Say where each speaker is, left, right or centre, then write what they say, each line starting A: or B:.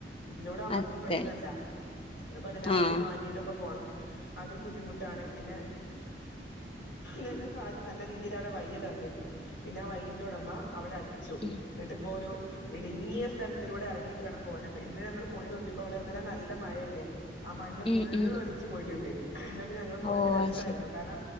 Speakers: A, on the left; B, on the left.
A: ഇതിലൂടെ ആവുമ്പോ
B: അതെ
A: അത്ര പ്രശ്നല്ല ഇപ്പ അതിനായിട്ട്
B: ആഹ്
A: മാറ്റിട്ടൊക്കെ പോണം അതും ബുദ്ധിമുട്ടാണ് പിന്നെ ഞങ്ങൾക്ക് ആദ്യം നല്ല രീതിയിൽ അവിടെ വയ്യ തന്നിരുന്നു പിന്നെ ആ വയ്യന്റോടമ്മ അവിടെ അടച്ചു
B: ഉം
A: എന്നിട്ട ഇപ്പോ ഒരു ഇടുങ്ങിയ സ്ഥലത്തിലൂടെ ഇറങ്ങിയിട്ട് വേണം പോവാൻ അപ്പൊ ഇന്ന് ഞങ്ങൾ പോയി നോക്കിയപ്പോ അവിടെന്ന്ന്ന നല്ല മഴയല്ലേ ആ മണ്ണ് ഫുള്
B: ഉം ഉം
A: ഒലിച്ച് പോയിട്ടുണ്ട് എന്നിട്ട് ഞങ്ങള്
B: ഓ
A: പോയത് രസയിരുന്നു
B: അത് ശരി
A: കാരണം